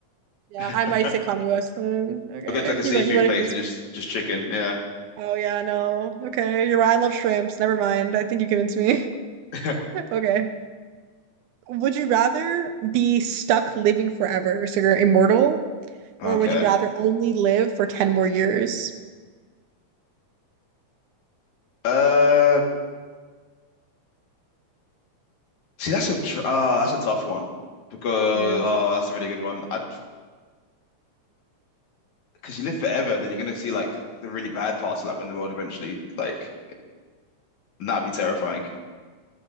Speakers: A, on the right; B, on the left.
A: Yeah,
B: <laughs>
A: I might say Kanye West then. Okay,
B: I go to like a seafood
A: you might you might have
B: place
A: convinced
B: and just
A: me.
B: just chicken. Yeah.
A: Oh yeah, no. Okay, you're right. I love shrimps. Never mind. I think you convinced me. <laughs>
B: <laughs>
A: Okay. Would you rather be stuck living forever, so you're immortal, or
B: Okay.
A: would you rather only live for 10 more years?
B: Uh, see, that's a tr oh, that's a tough one because
A: It is.
B: oh, that's a really good one. I because you live forever, then you're gonna see like the really bad parts of like when the world eventually like and that'd be terrifying.
A: Yeah, it